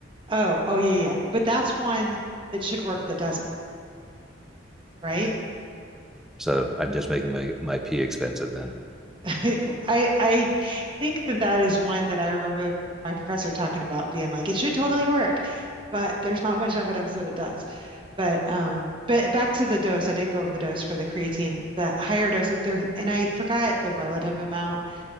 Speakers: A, on the right; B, in the centre.
A: Oh, oh yeah, yeah. yeah. But that's one that should work that doesn't, right?
B: So I'm just making my, my pee expensive then.
A: <laughs> I I think that that is one that I remember my professor talking about being like it should totally work, but there's not much evidence that it does. But um, but back to the dose, I didn't go over the dose for the creatine. The higher dose there, and I forgot the relative amount.